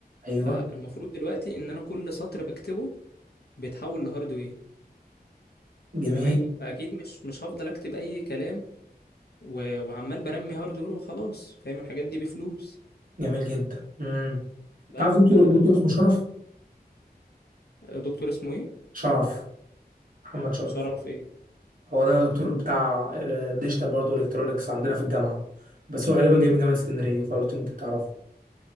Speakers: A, on the right; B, on the left.
A: ايوه
B: فالمفروض دلوقتي ان انا كل سطر بكتبه بيتحول لهاردوير
A: جميل
B: تمام فاكيد مش مش هفضل اكتب اي كلام و... وعمال برمي هاردوير وخلاص فاهم الحاجات دي بفلوس
A: جميل جدا امم
B: لا
A: تعرف دكتور
B: ب...
A: دكتور اسمه شرف
B: دكتور اسمه ايه
A: شرف محمد شرف
B: شرف ايه
A: هو ده دكتور بتاع آه، ديجيتال برضه الكترونكس عندنا في الجامعه بس هو غالبا جاي من جامعه اسكندريه فقلت له يمكن تعرفه